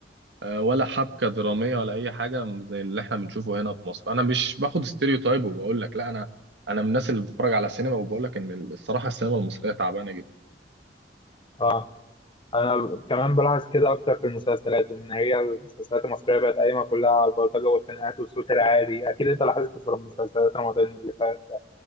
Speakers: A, on the right; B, on the left.
A: آه، ولا حبكة درامية ولا أي حاجة زي اللي إحنا بنشوفه هنا في مصر أنا مش باخد ستيريوتايب وبقول لك لا أنا أنا من الناس اللي بتتفرج على السينما وبقول لك إن الصراحة السينما المصرية تعبانة جدا
B: اه انا كمان بلاحظ كده اكتر في المسلسلات ان هي المسلسلات المصريه بقت قايمه كلها على البلطجه والخناقات والصوت العالي اكيد انت لاحظت في المسلسلات رمضان اللي فات ده